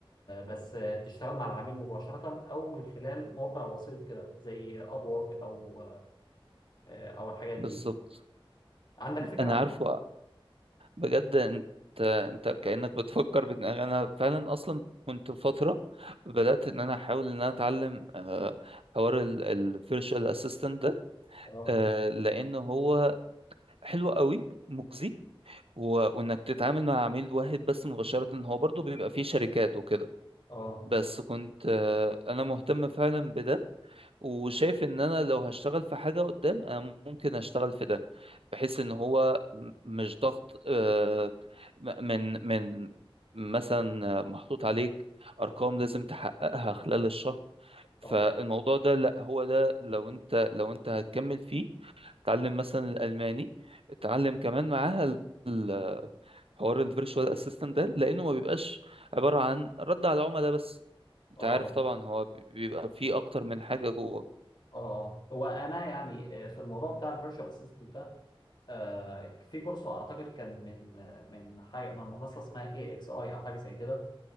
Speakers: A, on the left; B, on the right.
A: بس آه، تشتغل مع العميل مباشرة او من خلال موقع وسيط كده زي ابورك او آه، او الحاجات
B: بالظبط
A: دي عندك فكرة
B: انا
A: عن
B: عارفه بجد انت انت كأنك بتفكر بدماغي انا فعلا اصلا كنت فترة بدأت ان انا احاول ان انا اتعلم آه، حوار الفيرشوال اسيستنت ده
A: اه
B: آه، لان هو حلو قوي مجزي و- وانك تتعامل مع عميل واحد بس مباشرة هو برضو بيبقى فيه شركات وكده
A: اه
B: بس كنت آه، انا مهتم فعلا بده وشايف ان انا لو هشتغل في حاجة قدام انا ممكن اشتغل في ده بحيث ان هو م- مش ضغط آه، م- من من مثلا محطوط عليك ارقام لازم تحققها خلال الشهر فالموضوع
A: اه
B: ده لا هو ده لو انت لو انت هتكمل فيه اتعلم مثلا الالماني اتعلم كمان معاها ال- ال- حوار الفيرتشوال اسيستنت ده لانه ما بيبقاش عبارة عن رد على العملاء بس انت
A: اه
B: عارف طبعا هو بيبقى فيه اكتر من حاجة جوه
A: اه هو انا يعني آه، في الموضوع بتاع الفيرتشوال اسيستنت ده آه، في كورس اعتقد كان من آه، من حاجه من منصه اسمها اي اكس اي او حاجه زي كده